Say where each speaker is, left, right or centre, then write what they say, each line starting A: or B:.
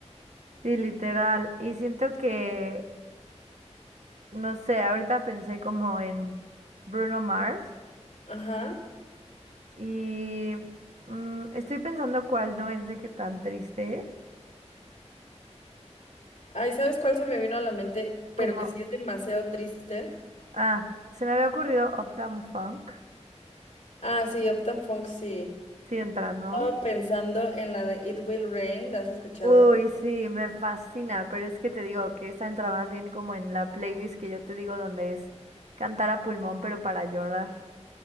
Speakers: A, on the right; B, on the left.
A: Sí, literal. Y siento que, no sé, ahorita pensé como en Bruno Mars
B: Ajá.
A: y mm, estoy pensando cuál no es de qué tan triste.
B: Ay, ¿sabes cuál se me vino a la mente? Pero
A: Como,
B: que sí es demasiado triste.
A: ah, se me había ocurrido Uptown Funk.
B: Ah, sí, Uptown Funk, sí.
A: Sí entra, ¿no?
B: Estaba pensando en la de It Will Rain, ¿la has escuchado?
A: Uy, sí, me fascina, pero es que te digo que esa entra más bien como en la playlist que yo te digo donde es cantar a pulmón, pero para llorar.